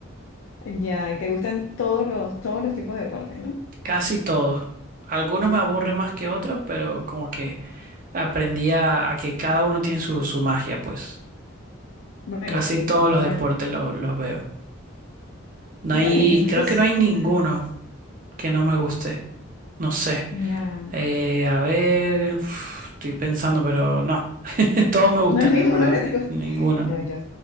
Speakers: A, on the left (about 70°); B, on the right (about 40°).
A: ya, y te gustan todos los, todos los tipos de deporte, ¿no?
B: Casi todos Algunos me aburren más que otros, pero como que aprendí a, a que cada uno tiene su, su magia, pues.
A: Bueno,
B: Casi
A: sí,
B: todos los
A: claro.
B: deportes lo- los veo. No
A: Y
B: hay,
A: también me gusta
B: creo
A: ese
B: que no hay
A: tema.
B: ninguno que no me guste. No sé.
A: Ya.
B: Eh, a ver, uf, estoy pensando, pero no. <laughs> Todos me gustan,
A: No hay <laughs> ninguno
B: en verdad.
A: que te guste.
B: Ninguno.
A: No, yo,